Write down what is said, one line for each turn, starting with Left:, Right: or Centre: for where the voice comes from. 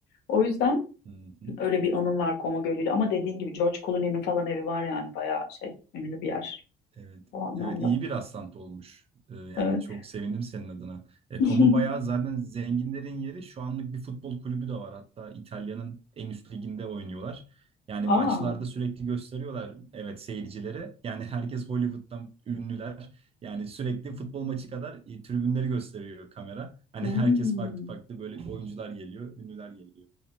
Left: O yüzden
Right: Hı hı.
Left: öyle bir anım var Koma Gölü'yle. Ama dediğin gibi George Clooney'nin falan evi var yani bayağı şey ünlü bir yer
Right: Evet.
Left: o anlamda.
Right: Evet iyi bir rastlantı olmuş. Ee, yani
Left: Evet.
Right: çok sevindim senin adına. E,
Left: <laughs>
Right: Como bayağı zaten zenginlerin yeri. Şu anlık bir futbol kulübü de var. Hatta İtalya'nın en üst liginde oynuyorlar. Yani
Left: Aa,
Right: maçlarda sürekli gösteriyorlar evet seyircilere. Yani herkes Hollywood'dan ünlüler. Yani sürekli futbol maçı kadar e, tribünleri gösteriyor kamera. Hani
Left: hmm,
Right: herkes farklı farklı böyle oyuncular geliyor, ünlüler geliyor.